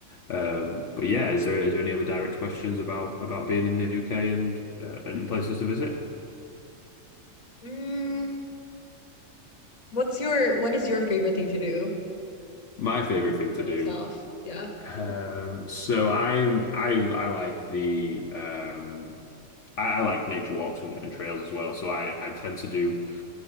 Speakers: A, on the left; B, on the left.
A: um, but yeah, is there is there any other direct questions about about being in the UK and uh, and places to visit?
B: Mm, what's your what is your favorite thing to do
A: My favorite thing to
B: for
A: do.
B: yourself? Yeah.
A: Um, so I'm I I like the um, I, I like nature walks and, and trails as well. So I I tend to do.